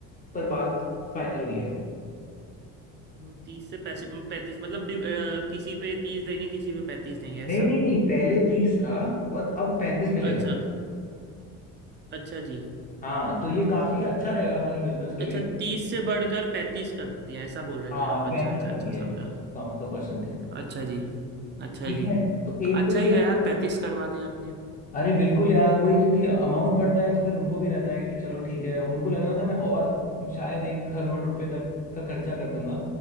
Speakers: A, on the left (about 25°); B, on the right (about 35°).
A: पर बात फाइनल हुई है
B: हम्म, तीस से पैंतीस मतलब डि- अ, किसी पे तीस देंगे किसी पे पैंतीस देंगे ऐसा
A: नहीं नहीं नहीं पहले तीस था और अब पैंतीस मिलेगा
B: अच्छा अच्छा जी
A: हाँ तो ये काफी अच्छा रहेगा हमारे बिजनेस के
B: अच्छा
A: लिए
B: तीस से बढ़कर पैंतीस कर दिया ऐसा बोल रहे
A: हाँ
B: थे आप अच्छा
A: पैंतीस
B: अच्छा
A: कर
B: अच्छा
A: दिया
B: समझा
A: है डिस्काउंट का परसेंटेज
B: अच्छा जी अच्छा
A: ठीक
B: जी
A: है तो एक
B: अच्छा
A: तो
B: ही
A: ये
B: है यार पैंतीस करवा दिया आपने
A: अरे बिल्कुल यार वही क्योंकि अमाउंट बढ़ता है तो फिर उनको भी रहता है कि चलो ठीक है उनको लग रहा था मैं और शायद एक करोड़ रुपए तक का खर्चा कर दूंगा